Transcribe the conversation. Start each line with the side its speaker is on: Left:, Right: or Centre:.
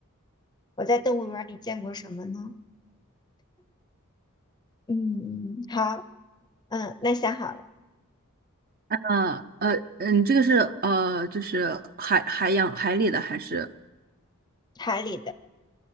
Left: 我在动物园儿里见过什么呢？嗯，好，嗯，那想好了，
Right: 呃呃嗯，这个是呃，就是海海洋海里的还是？
Left: 海里的